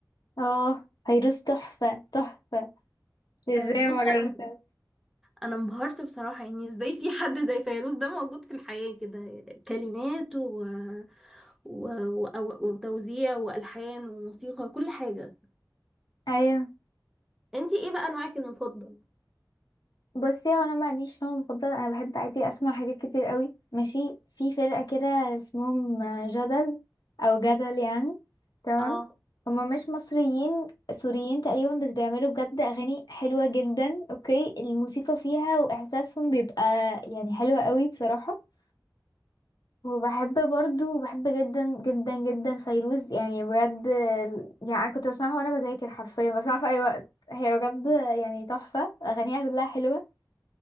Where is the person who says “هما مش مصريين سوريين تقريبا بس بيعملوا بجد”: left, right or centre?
Left